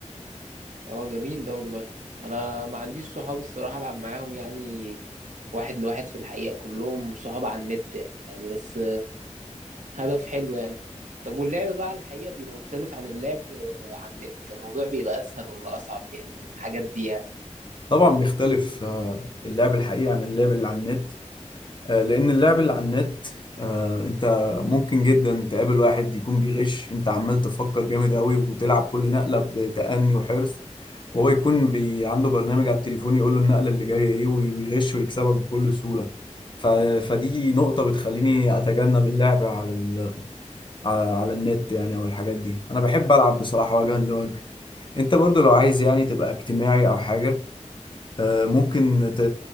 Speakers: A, on the right; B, on the left.
A: اه جميل ده والله انا ما عنديش صحاب الصراحة العب معاهم يعني واحد لواحد في الحقيقة كلهم صحاب على النت يعني بس هدف حلو يعني طب واللعب بقى على الحقيقة بيبقى مختلف عن اللعب آه، على النت الموضوع بيبقى أسهل ولا أصعب يعني الحاجات دي يعني
B: طبعا بيختلف آه، اللعب الحقيقي عن اللعب اللي على النت آه، لأن اللعب اللي على النت آه، أنت ممكن جدا تقابل واحد يكون بيغش أنت عمال تفكر جامد قوي وتلعب كل نقلة بتأني وحرص وهو يكون بي عنده برنامج على التليفون يقول له النقلة اللي جاية إيه وي- ويغش ويكسبك بكل سهولة ف... فدي نقطة بتخليني أتجنب اللعب على ال... على على النت يعني أو الحاجات دي أنا بحب ألعب بصراحة وجها لوجه أنت برضو لو عايز يعني تبقى اجتماعي أو حاجة آه، ممكن ت...